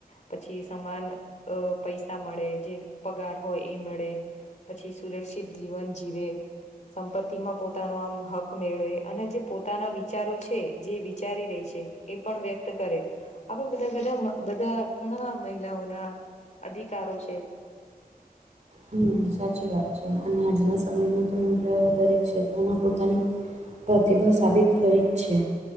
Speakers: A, on the left; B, on the right.
A: પછી સમાન અ પૈસા મળે જે પગાર હોય એ મળે પછી સુરક્ષિત જીવન જીવે સંપત્તિમાં પોતાનો આમ હક મેળવે અને જે પોતાના વિચારો છે જે વિચારી રે છે. એ પણ વ્યક્ત કરે આવા બધા બધા બધા ઘણા મહિલાઓના અધિકારો છે.
B: હમ સાચી વાત છે અને આજના સમયમાં તો મહિલા દરેક ક્ષેત્રમાં પોતાની પ્રતિભા સાબિત કરી જ છે.